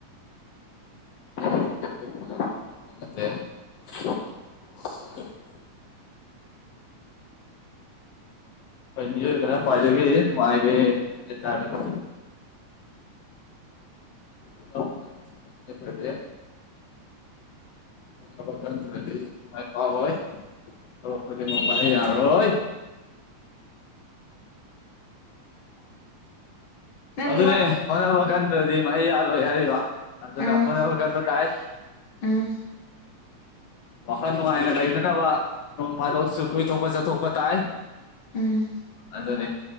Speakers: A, on the left (about 80°); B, on the left (about 55°).
A: <unintelligible> ꯈꯪꯕ ꯅꯠꯇꯦ <unintelligible>
B: <inaudible>
A: ꯍꯣꯏ ꯃꯤꯑꯣꯏꯕꯅ ꯈ꯭ꯋꯥꯏꯗꯒꯤ ꯅꯨꯡꯉꯥꯏꯒꯦ ꯍꯥꯏꯇꯥꯔꯗꯤ ꯍꯣꯠꯅꯕ ꯀꯟꯕꯁꯤ ꯇꯉꯥꯏꯐꯥꯗꯦ ꯍꯣꯠꯅꯕ ꯀꯟꯗ꯭ꯔꯗꯤ ꯃꯥꯏ ꯄꯥꯛꯑꯣꯏ ꯊꯕꯛ ꯈꯨꯗꯤꯡꯃꯛ ꯃꯍꯩ ꯌꯥꯜꯂꯣꯏ
B: ꯅꯪ
A: ꯑꯗꯨꯅꯦ
B: ꯋꯥ
A: ꯍꯣꯠꯅꯕ ꯀꯟꯗ꯭ꯔꯗꯤ ꯃꯍꯩ ꯌꯥꯜꯂꯣꯏ ꯍꯥꯏꯔꯤꯕ ꯑꯗꯨꯅ
B: ꯎꯝ
A: ꯍꯣꯠꯅꯕ ꯀꯟꯕ ꯇꯥꯏ
B: ꯎꯝ
A: ꯋꯥꯈꯜ ꯅꯨꯡꯉꯥꯏꯅ ꯂꯩꯅꯅꯕ ꯅꯣꯡ ꯐꯥꯗꯣꯛꯁꯨ ꯀꯣꯏꯊꯣꯛꯄ ꯆꯠꯊꯣꯛꯄ ꯇꯥꯏ
B: ꯎꯝ
A: ꯑꯗꯨꯅꯦ